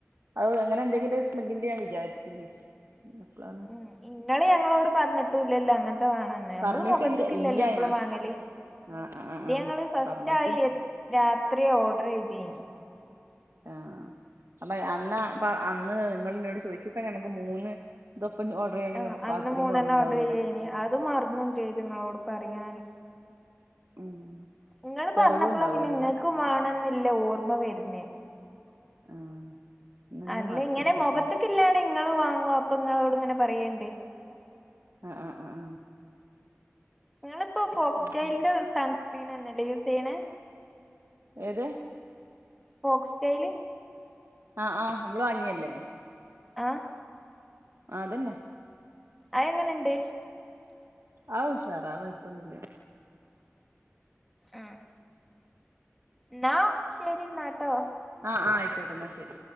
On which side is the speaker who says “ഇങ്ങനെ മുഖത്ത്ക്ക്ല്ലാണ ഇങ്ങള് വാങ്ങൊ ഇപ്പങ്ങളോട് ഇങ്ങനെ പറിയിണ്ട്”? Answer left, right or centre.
Centre